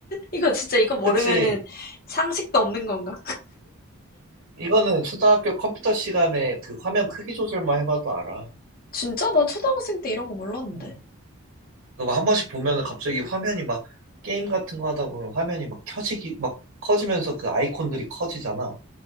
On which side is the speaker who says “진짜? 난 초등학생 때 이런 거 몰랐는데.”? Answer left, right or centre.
Left